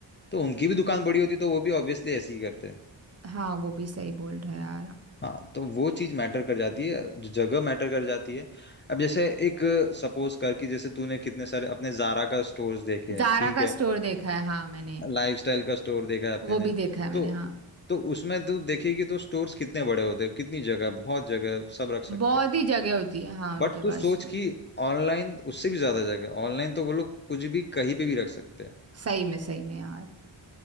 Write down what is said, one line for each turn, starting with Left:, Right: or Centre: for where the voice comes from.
Left: तो उनकी भी दुकान बड़ी होती तो वो भी ऑब्वियसली ऐसे ही करते हैं।
Right: हाँ वो भी सही बोल रहा है यार
Left: हाँ तो वो चीज मैटर कर जाती है जो जगह मैटर कर जाती है अब जैसे एक सपोज कर कि जैसे तूने कितने सारे अपने जारा का स्टोर्स देखे
Right: जारा
Left: हैं ठीक
Right: का
Left: है
Right: स्टोर देखा है हाँ मैंने
Left: लाइफस्टाइल का स्टोर देखा है अपने
Right: वो
Left: ने
Right: भी देखा है मैंने
Left: तो
Right: हाँ
Left: तो उसमें तू देखेगी तो स्टोर्स कितने बड़े होते हैं कितनी जगह है, बहुत जगह है, सब रख सकते
Right: बहुत
Left: हैं
Right: ही जगह होती है हाँ उनके
Left: बट
Right: पास
Left: तू सोच
Right: तो
Left: कि ऑनलाइन उससे भी ज्यादा जगह है, ऑनलाइन तो वो लोग कुछ भी कहीं पे भी रख सकते हैं
Right: सही में सही में यार